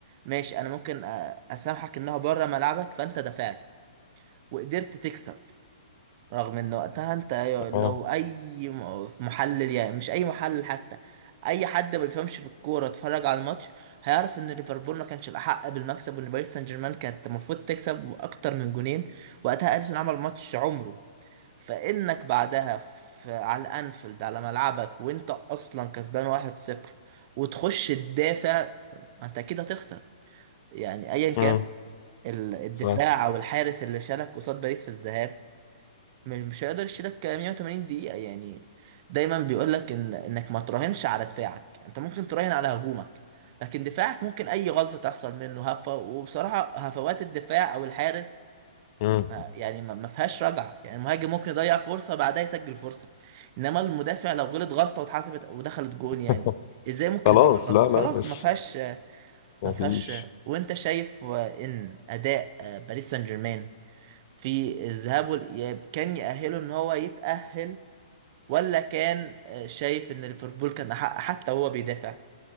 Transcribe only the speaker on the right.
ماشي انا ممكن أ- اسامحك انها بره ملعبك فانت دفعت وقدرت تكسب رغم ان وقتها انت
لو اي م- محلل يعني مش اي محلل حتى اي حد ما بيفهمش في الكوره اتفرج على الماتش هيعرف ان ليفربول ما كانش الاحق بالمكسب وان باريس سان جيرمان كانت المفروض تكسب باكتر من جونين وقتها اليسون عمل ماتش عمره فانك بعدها في على الانفيلد على ملعبك وانت اصلا كسبان 1-0 وتخش تدافع ما انت اكيد هتخسر يعني ايا كان
ال- الدفاع
او الحارس اللي شالك قصاد باريس في الذهاب مش هيقدر يشيلك 180 دقيقة يعني دايما بيقول لك ان انك ما تراهنش على دفاعك يعني انت ممكن تراهن على هجومك لكن دفاعك ممكن اي غلطة تحصل منه هفة وبصراحة هفوات الدفاع او الحارس
ما- يعني ما ما فيهاش رجعة يعني المهاجم ممكن يضيع فرصة بعدها يسجل فرصة انما المدافع لو غلط غلطة واتحسبت ودخلت جون
يعني ازاي ممكن
يصلح غلطة
خلاص
ما فيهاش
ما فيهاش
وانت شايف ان اداء آه، باريس سان جيرمان في الذهاب والإياب كان يأهله إن هو يتأهل ولا كان آه، شايف إن ليفربول كان أحق حتى وهو بيدافع